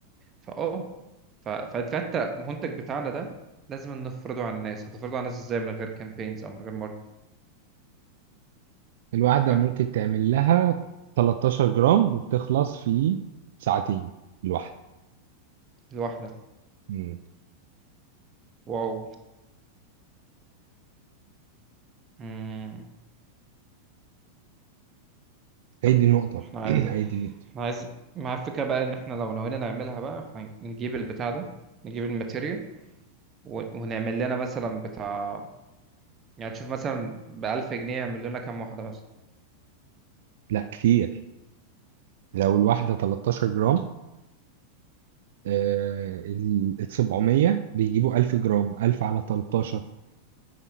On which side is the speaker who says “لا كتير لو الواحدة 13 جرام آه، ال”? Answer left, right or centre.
Right